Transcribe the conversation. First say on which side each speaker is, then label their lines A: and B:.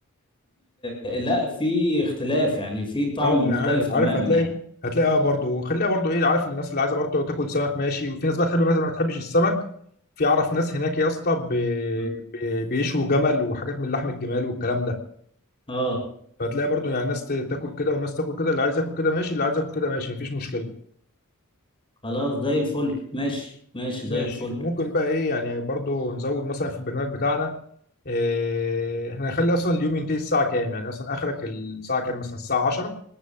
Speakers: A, on the left; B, on the left.
A: لا في اختلاف يعني في طعم
B: اه ما
A: مختلف
B: انا عارف
A: تماما
B: عارف هتلاقي
A: يعني
B: هتلاقي اه برضه وخليها برضه ايه عارف الناس اللي عايزه برضه تاكل سمك ماشي وفي ناس بقى تحب مثلا ما تحبش السمك في اعرف ناس هناك يا اسطى ب-
A: م.
B: ب- بيشوا جمل وحاجات من لحم الجمال والكلام ده
A: اه
B: فهتلاقي برضه يعني ناس تاكل كده والناس تاكل كده اللي عايز ياكل كده ماشي اللي عايز ياكل كده ماشي مفيش مشكله
A: خلاص زي الفل ماشي ماشي
B: ماشي
A: زي الفل
B: وممكن بقى ايه يعني برضو نزود مثلا في البرنامج بتاعنا إيه احنا هنخلي اصلا اليوم ينتهي الساعة كام يعني مثلا اخرك الساعة كام مثلا الساعة 10